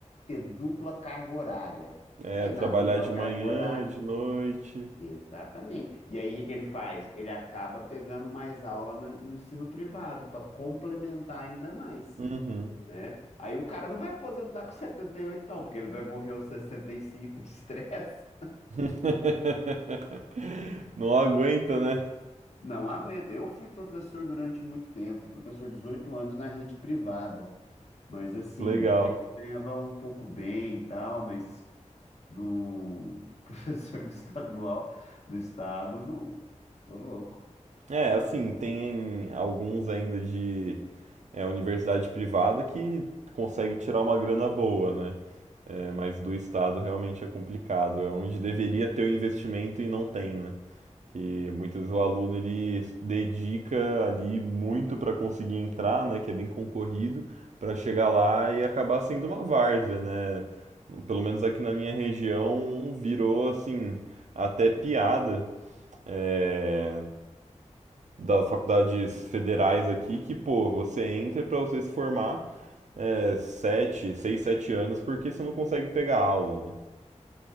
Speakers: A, on the left; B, on the right.
A: ter dupla carga horária.
B: É,
A: Aí
B: trabalhar
A: na dupla
B: de
A: carga
B: manhã,
A: horária,
B: de noite.
A: Exatamente. E aí, o que que ele faz? Ele acaba pegando mais aula no, no ensino privado para complementar ainda mais,
B: Uhum.
A: né? Aí o cara não vai aposentar com 78 não, porque ele vai morrer aos 65 de estresse.
B: <laughs> Não aguenta, né?
A: Não aguenta. Eu fui professor durante muito tempo, fui professor 18 anos na rede privada. Mas assim,
B: Que legal.
A: até que ganhava um pouco bem e tal, mas no <laughs> professor do estadual do estado, não, tô louco.
B: É, assim, tem alguns ainda de é, universidade privada que consegue tirar uma grana boa, né? É, mas do Estado realmente é complicado. É onde deveria ter o investimento e não tem, né? que muitas vezes o aluno ele dedica ali muito para conseguir entrar, né, que é bem concorrido, para chegar lá e acabar sendo uma várzea, né? Pelo menos aqui na minha região virou assim até piada é, das faculdades federais aqui que pô você entra para você se formar é, sete, seis, sete anos porque você não consegue pegar aula, né?